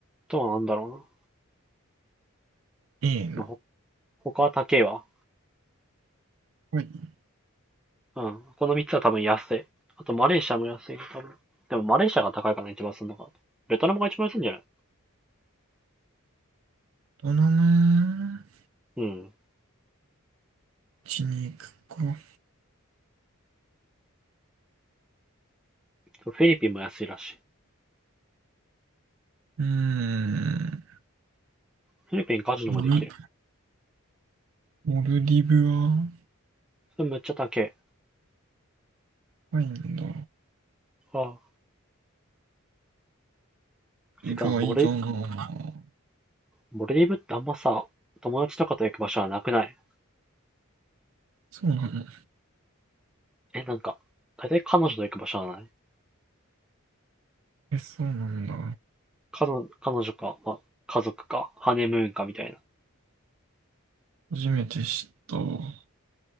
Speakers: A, in the centre; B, on the right.
A: とはなんだろうな。
B: いいな。
A: まあ、ほ他は高えわ。
B: はい。
A: うん。この3つは多分安い。あとマレーシアも安いね、多分。でもマレーシアが高いかな、一番すんのかな。ベトナムが一番安いんじゃない
B: どナな
A: うん。
B: ちに行くか。
A: フィリピンも安いらしい。
B: うーん、
A: フィリピンカジノもできる。
B: モル、モルディブは、
A: それめっちゃ高い。
B: 高いんだ。
A: ああ。
B: 意外だなぁ。
A: てか、モレ、モレディブってあんまさ、友達とかと行く場所はなくない
B: そうなの。
A: え、なんか、大体彼女と行く場所はない
B: え、そうなんだ。
A: 彼女、彼女か、まあ、家族か、ハネムーンかみたいな。
B: 初めて知ったわ。